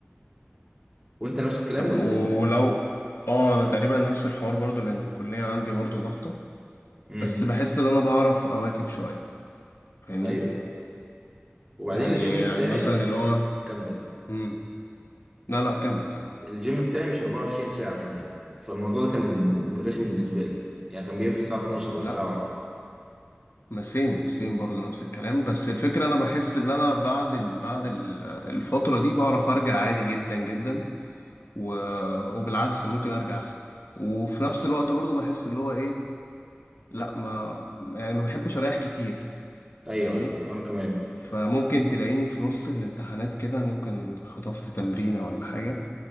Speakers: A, on the right (about 15°); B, on the left (about 75°).
A: وانت نفس الكلام
B: طب
A: ولا
B: ولو
A: ايه
B: اه انا تقريبا نفس الحوار برضو لان الكلية عندي برضو ضغطة
A: امم
B: بس بحس ان انا بعرف اواكب شوية فاهمني
A: ايوه وبعدين
B: يعني
A: الجيم
B: يعني
A: بتاعي
B: مثلا اللي هو
A: كمل
B: امم لا لا كمل كمل
A: الجيم بتاعي مش 24 ساعة كمان فالموضوع ده كان رخم بالنسبة لي يعني كان بيقفل الساعة 12 ولا
B: لا
A: الساعة 1
B: ما سيم سيم برضو نفس الكلام بس الفكرة انا بحس ان انا بعد ال... بعد ال... الفترة دي بعرف ارجع عادي جدا جدا و... وبالعكس ممكن ارجع احسن وفي نفس الوقت برضو بحس اللي هو ايه لا ما يعني ما بحبش اريح كتير
A: ايوه
B: فاهمني
A: ايوه انا كمان
B: فممكن تلاقيني في نص الامتحانات كده ممكن خطفت تمرينة ولا حاجة